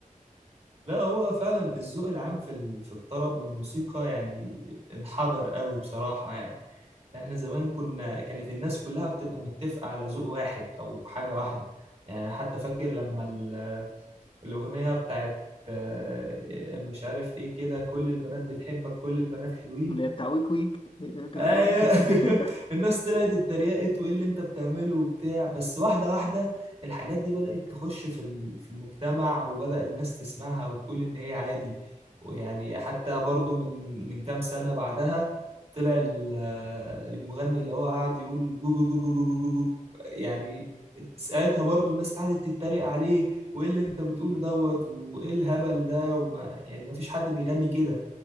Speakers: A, on the right; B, on the left.
A: لا هو فعلا الذوق العام في ال- في الطرب والموسيقى يعني انحدر قوي بصراحة يعني احنا زمان كنا كانت الناس كلها بتبقى متفقة على ذوق واحد او حاجة واحدة يعني أنا حتى فاكر لما ال- الأغنية بتاعت آه، مش عارف ايه كده كل البنات بتحبك كل البنات حلوين
B: اللي هي بتاع ويك ويك أنت
A: ايوه
B: بتقول؟ <laughs>
A: <laughs> الناس طلعت اتريقت وايه اللي انت بتعمله وبتاع بس واحده واحده الحاجات دي بدات تخش في ال- في المجتمع وبدا الناس تسمعها وتقول ان هي عادي ويعني حتى برضو من من كام سنه بعدها طلع ال- المغني اللي هو قاعد يقول جو جو جو جو جو جو جو جو. يعني ساعتها برضو الناس قعدت تتريق عليه وايه اللي انت بتقوله دوت وايه الهبل ده وما يعني ما فيش حد بيغني كده